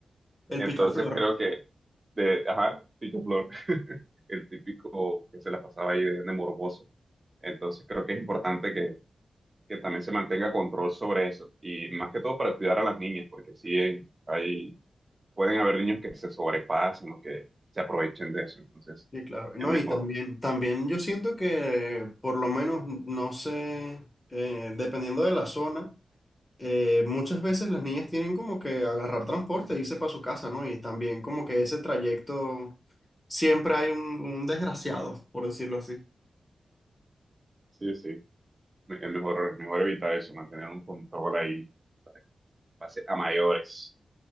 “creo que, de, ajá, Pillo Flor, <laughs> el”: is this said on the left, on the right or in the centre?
Right